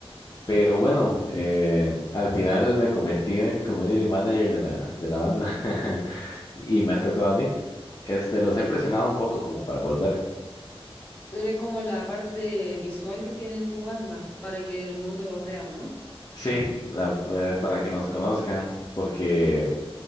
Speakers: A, on the left (about 40°); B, on the left (about 15°).
A: Pero bueno, eh, al final me convertí en el community manager de la, de la banda <laughs> y me ha tocado a mí. Este, los he presionado
B: En-
A: un poco como para volver.
B: Tú eres como la parte visual que tiene en tu banda, para que el mundo los vea, ¿no?
A: Sí, la- eh, para
B: Ah,
A: que nos
B: qué
A: conozcan,
B: lindo.
A: porque